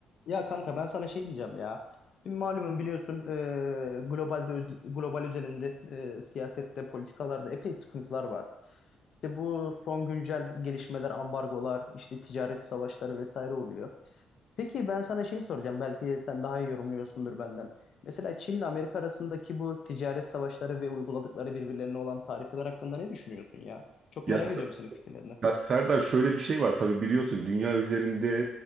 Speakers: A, on the left; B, on the right.
A: Ya kanka ben sana şey diyeceğim ya. Şimdi malumun biliyorsun e, globalde öz- global özelinde e, siyasette, politikalarda epey sıkıntılar var. İşte bu son güncel gelişmeler, ambargolar, işte ticaret savaşları vesaire oluyor. Peki ben sana şey soracağım. Belki sen daha iyi yorumluyorsundur benden. Mesela Çin'le Amerika arasındaki bu ticaret savaşları ve uyguladıkları birbirlerine olan tarifeler hakkında ne düşünüyorsun ya? Çok
B: Ya,
A: merak ediyorum senin fikirlerini.
B: ya Serdar şöyle bir şey var tabii biliyorsun dünya üzerinde